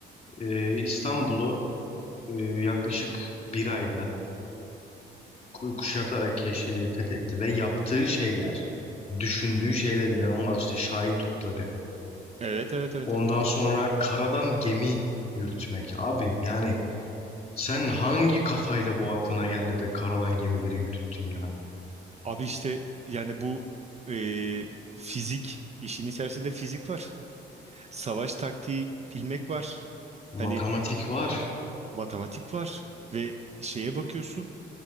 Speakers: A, on the left; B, on the right.
A: e, İstanbul'u e, yaklaşık bir ayda ku- kuşatarak keş- e, fethetti ve yaptığı şeyler, düşündüğü şeyler inanılmaz işte Şahin topları.
B: Evet evet evet
A: Ondan
B: evet. <laughs>
A: sonra karadan gemi yürütmek. Abi yani sen hangi kafayla bu aklına geldi de karadan gemileri yürüttün ya?
B: Abi işte yani bu e, fizik işin içerisinde fizik var. Savaş taktiği bilmek var.
A: Matematik
B: Hani
A: var.
B: matematik var ve şeye bakıyorsun